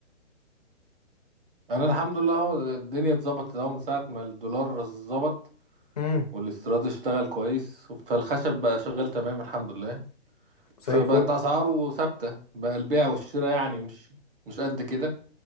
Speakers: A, on the right; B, on the left.
A: انا الحمد لله هو الدنيا اتظبطت اهو من ساعه ما الدولار اتظبط
B: امم
A: والاستيراد اشتغل كويس فالخشب بقى شغال تمام الحمد لله
B: زي
A: فبقت
B: الفل
A: اسعاره ثابته بقى البيع والشراء يعني مش مش قد كده